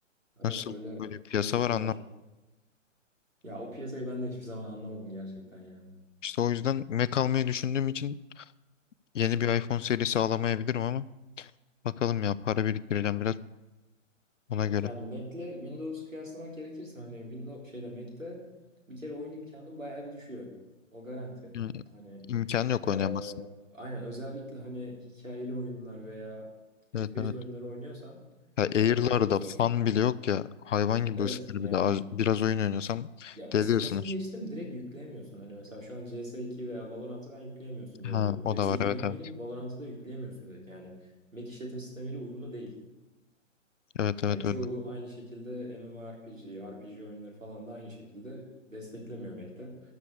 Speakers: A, on the right; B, on the left.
A: Evet,
B: Nasıl
A: öyle
B: böyle piyasa
A: öyle bir şey
B: var anlam?
A: var. Ya o piyasayı ben de hiçbir zaman anlamadım gerçekten yani.
B: İşte o yüzden Mac almayı düşündüğüm için yeni bir iPhone serisi alamayabilirim ama bakalım ya para biriktireceğim biraz ona göre.
A: Yani Mac'le Windows kıyaslamak gerekirse hani Windows şeyde Mac'te bir kere oyun imkanın bayağı bir düşüyor. O garanti.
B: Yani
A: Hani
B: imkan yok
A: Ee,
B: oynayamazsın.
A: aynen özellikle hani hikayeli oyunlar veya FPS
B: Evet evet.
A: oyunları oynuyorsan
B: Ya Air'larda
A: Mac'te çok zor.
B: fan bile yok ya. Hayvan gibi
A: Evet
B: ısınır
A: yani.
B: bir de. Az, biraz oyun oynuyorsam
A: Ya
B: deli
A: ısınmasını
B: ısınır.
A: geçtim direkt yükleyemiyorsun. Hani mesela şu an CS2 veya Valorant'ı ben yükleyemiyorsun
B: Ha,
A: diye biliyorum.
B: o
A: CS2'den
B: da var evet
A: eminim
B: evet.
A: Valorant'ı da yükleyemiyorsun direkt. Yani Mac işletim sistemiyle uyumlu değil.
B: Evet evet
A: Yani çoğu
B: öyle.
A: aynı şekilde MMORPG, RPG oyunları falan da aynı şekilde desteklemiyor Mac'te.